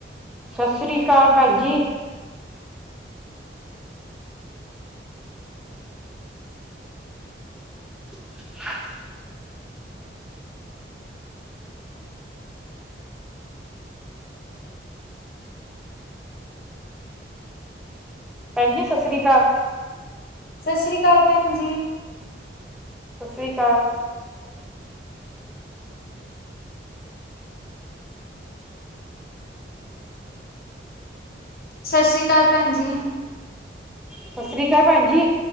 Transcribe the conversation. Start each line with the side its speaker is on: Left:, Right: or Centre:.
Centre: ਸਤਿ ਸ੍ਰੀ ਅਕਾਲ ਭੈਣ ਜੀ। <inaudible> ਭੈਣ ਜੀ ਸਤਿ ਸ੍ਰੀ ਅਕਾਲ।
Left: ਸਤਿ ਸ੍ਰੀ ਅਕਾਲ ਭੈਣ ਜੀ।
Centre: ਸਤਿ ਸ੍ਰੀ ਅਕਾਲ
Left: ਸਤਿ ਸ਼੍ਰੀ ਅਕਾਲ, ਭੈਣ ਜੀ।
Centre: ਸਤਿ ਸ੍ਰੀ ਅਕਾਲ ਭੈਣ ਜੀ।